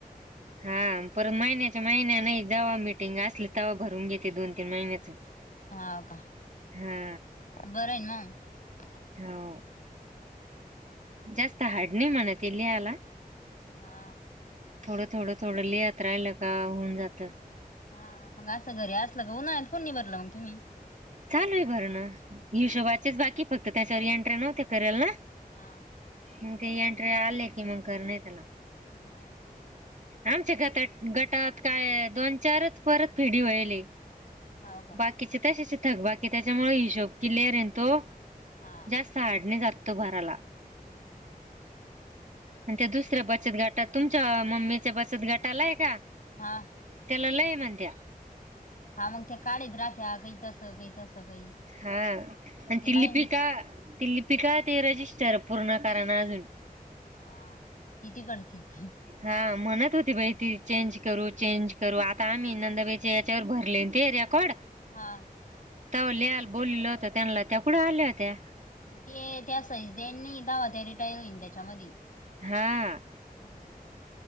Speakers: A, on the right; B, on the left.
A: हा पर महिनेच महिना नाही जेव्हा मटिंग असली तेव्हा भरून घेते दोन तीन महिन्याच
B: होा का
A: हा
B: बरं आहेन मग
A: हो जास्त हाड नाही म्हणत लिहाला
B: हा
A: थोडं थोडं थोडं लियात राहिलं का होऊन जातं
B: हा मग असं घरी असलं का उन्हाळत फोन नि भरलं मग तुम्ही
A: चालू आहे बर ना हिशोबाचेच
B: हाव
A: बाकी फक्त त्याच्यावर एंट्री नव्हते करेल ना
B: हा
A: मग ते एंट्री आले की मग कर नाही त्याला
B: हा
A: आमच्या गटात गटात काय दोन चारच परत फिढी व्हायली
B: हाव का
A: बाकीचे तशाचे थक बाकी त्याच्यामुळे हिशोब किलेअर आहेन तो
B: हा.
A: जास्त हाडने जात तो भराला
B: हम्म
A: आणि ते दुसऱ्या बचत घाटात तुमच्या मम्मीच्या बचत घाटालाय का
B: हा
A: त्यालाला हे मत
B: हा मग त्या काढच राहत्या काही तस काही तस काही
A: हा आणि
B: मग ते
A: ति
B: माहीत
A: लिपिका
B: नाही
A: तिल्लीिपिका ते रजिस्टर पूर्ण कारण अजून
B: हा ती तिकडची
A: हा म्हण होती बाई ती चेंज करू चेंज करू आता आम्ही नंदबाईचे याच्यावर भरले ते रेकॉर्ड
B: हा
A: त्या लिहाल बोललं होत त्यांना त्या कुढे आल्या होत्या
B: मग ते त्या सईजदनी दवा त्या र य इ चमती
A: हा
B: हम्